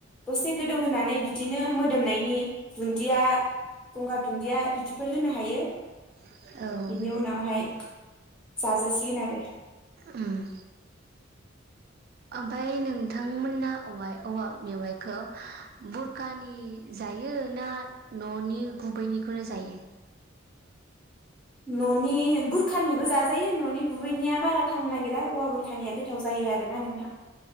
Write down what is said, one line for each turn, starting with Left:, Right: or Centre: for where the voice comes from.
Centre: दसे गोदौहोनानै बिदिनो मोदोमनायनि दुन्दिया गंगार दुन्दिया बिदिफोर होनो हायो
Right: औ
Centre: बिनि उनावहाय जाजासिगोन आरो
Right: उम ओमफाय नोंथांमोना औव औवा मेवाइखौ बुरखानि जायो ना न'नि गुबैनिखौनो जायो?
Centre: न'नि बुरखानिबो जाजायो न'नि गुबैनिया बारा थावनो नागिरा औवा बुरखानिया गोथाव जायो आरोना नोंथां